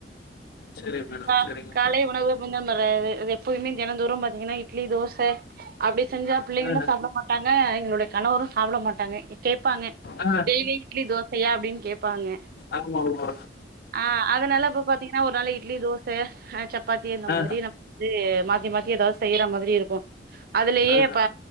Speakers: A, on the left; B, on the right.
A: சரி மேடம்,
B: கா
A: சரிங்க.
B: காலை உணவு <unintelligible> எப்பயுமே தெனந்தோறும் பாத்தீங்கன்னா இட்லி தோச அப்டி செஞ்சா பிள்ளைங்களு
A: ஆ
B: சாப்ட மாட்டாங்க எங்களுடைய கணவரு சாப்ட மாட்டாங்க கேப்பாங்க
A: ஆ ஆ
B: டெய்லி இட்லி தோசையா அப்டின்னு கேப்பாங்க
A: ஆமாமா.
B: ஆ அதனால இப்ப பாத்தீங்கன்னா ஒரு நாள் இட்லி தோசை ஆ சப்பாத்தி இந்த மாதிரி
A: ஆ
B: நம் அது மாத்தி மாத்தி ஏதாவது செய்யற மாதிரி இருக்கு அதுலேயே
A: ஆ
B: இப்ப